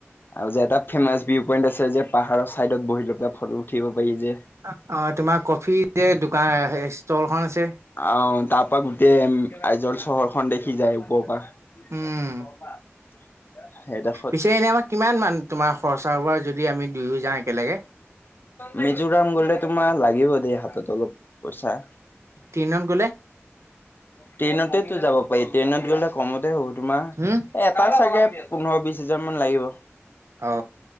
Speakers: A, on the left; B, on the right.
A: আৰু যে এটা ফেৰ্মাচ ভিউ পইণ্ট আছে যে পাহাৰৰ চাইডত বহি লৈ পেলাই ফটো উঠিব পাৰি যে।
B: অঁ', তোমাৰ কফি যে দোকান ষ্টলখন আছে।
A: আঁহ', তাৰ পৰা গোটেই আইজল চহৰখন দেখি যায় ওপৰৰ পৰা। <unintelligible>
B: উম
A: সেইডোখৰত।
B: পিছে এনেই আমাৰ কিমান মান তোমাৰ খৰচা হব? যদি আমি দুয়ো যাওঁ একেলগে।
A: মিজোৰাম গলে তোমাৰ লাগিব দেই, হাতত অলপ পইচা।
B: ট্ৰেইনত গ'লে?
A: ট্ৰেইনতেতো যাব পাৰি। ট্ৰেইনত গ'লে কমতে হ'ব তোমাৰ,
B: হম
A: এটা চাগে পোন্ধৰ বিশ হাজাৰ মান লাগিব।
B: অ।